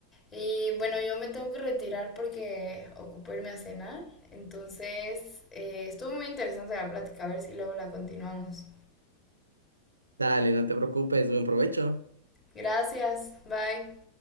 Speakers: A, on the left (about 25°); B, on the right (about 80°).
A: Y bueno, yo me tengo que retirar porque ocupo irme a cenar. Entonces, eh, estuvo muy interesante la plática. A ver si luego la continuamos.
B: Dale, no te preocupes, buen provecho.
A: Gracias. Bye.